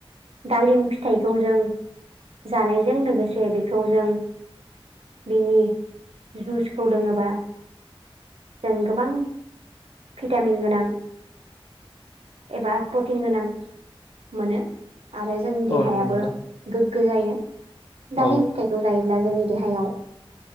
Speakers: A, on the right; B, on the left.
A: दालिम फिथाइखौ जों जानायजों लोगोसे बेखौ जों बिनि जुसखौ लोङोबा जों गोबां भिटामिन गोनां एबा प्रटिन गोनां मोनो आरो जोंनि देहायाबो
B: औ नंगौ नोंथां
A: गोग्गो जायो दालिम
B: औ
A: फिथाइखौ जायो ब्ला जोंनि देहायाव